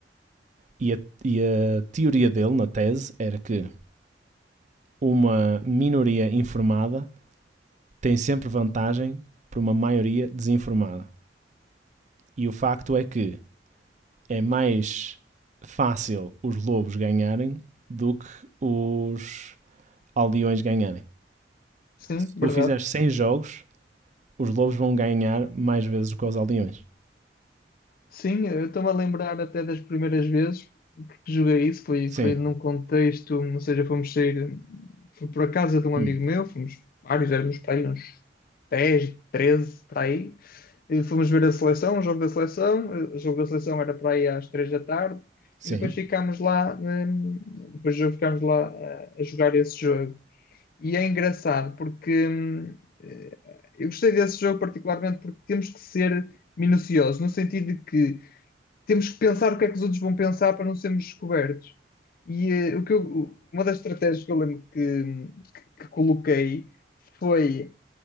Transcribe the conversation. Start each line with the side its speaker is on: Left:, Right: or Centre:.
Right: E a, e a teoria dele, na tese, era que uma minoria informada tem sempre vantagem por uma maioria desinformada. E o facto é que é mais fácil os lobos ganharem do que os aldeões ganharem.
Left: Sim,
Right: Se
Left: verdade.
Right: tu fizeres 100 jogos, os lobos vão ganhar mais vezes do que os aldeões.
Left: Sim, eu estou-me a lembrar até das primeiras vezes que joguei isso, foi,
Right: Sim.
Left: foi num contexto, ou seja, fomos sair, fui por a casa de um
Right: Hum.
Left: amigo meu, fomos vários, éramos para aí uns dez treze para aí, e fomos ver a seleção, o jogo da seleção, eh, o jogo da seleção era para aí às 3 da tarde,
Right: Sim.
Left: e depois ficámos lá, eh, depois ficámos lá eh, a jogar esse jogo. E é engraçado porque hum, eh, eu gostei desse jogo particularmente porque temos que ser minuciosos, no sentido de que temos que pensar o que é que os outros vão pensar para não sermos descobertos. E eh, o que eu- uma das estratégias que eu lembro que, hum, que- que coloquei foi,